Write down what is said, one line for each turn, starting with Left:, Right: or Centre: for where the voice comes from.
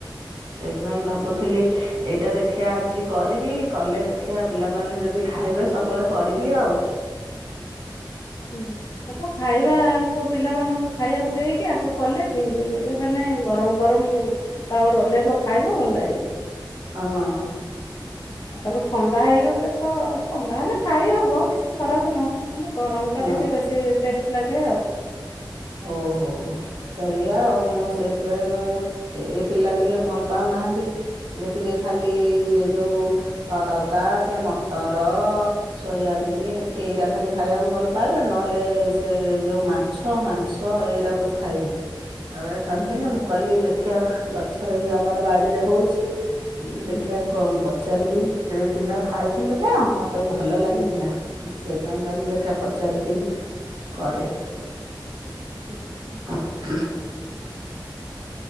Right: ସେଇଥିପାଇଁ ଭାବୁଥିଲି ଏଇଟା ଦେଖିବା ଆଜି କରିବି କଲେ ଦେଖିବା ପିଲାମାନେ ଯଦି ଖାଇବେ ସବୁବେଳେ କରିବି ଆଉ।
Left: ହୁଁ ତାକୁ ଖାଇବାକୁ ପିଲାମାନଙ୍କୁ ଖାଇବାକୁ ଦେଇକି ଆକୁ କଲେ ଠିକ୍ ମାନେ ଗରମ ଗରମ ତାୱର ଓହ୍ଲେଇବ ଖାଇବ ଭଲ ଲାଗିବ।
Right: ହଁ
Left: ଆଉ ତାକୁ ଥଣ୍ଡା ହେଇଗଲେ ତ ଥଣ୍ଡା ହେଲେ ଖାଇ ହବ କିଛି ଖରାପ ନୁହଁ କ ଗରମ
Right: ହଁ।
Left: ଟା ଟିକେ ବେଶୀ ଟେଷ୍ଟ ଲାଗେ ଆଉ।
Right: ଓହୋ ସେଇଆ ଆଉ ମୁଁ ସେଇଥିପାଇଁ ଏ ପିଲା ଟିକେ ଭଲ ପାଉନାହାନ୍ତି ସିଏ ଟିକେ ଖାଲି ସେ ଯୋଉ ତଡକା ସେ ମଟର ସୋୟାବିନ୍ ଏଇଟା ଖାଲି ଖାଇବାକୁ ଭଲ ପାଇବା ନହେଲେ ସେ ଯୋଉ ମାଛ ମ ସ ଏଇଟାକୁ ଖାଇବେ। ଆଉ ଏ ଖାନ୍ତିନି
Left: ହୁଁ
Right: ମୁଁ କଲି ଦେଖିବା ଗଛରେ ବି ଆମର ବାଡିରେ ହଉଛି। ମୁଁ କହିଲି ଦେଖିବା
Left: ହୁଁ
Right: ଚାରିବି ସେ ଦିନେ ଖାଇଥିଲି ନା ମତେ ଭଲ ଲାଗିଥିଲା।
Left: ହୁଁ
Right: ମୁଁ ସେଇଥିପାଇଁ କହିଲି ଦେଖିଆ ପଚାରିକି କରେ।
Left: ହୁଁ।
Right: ହ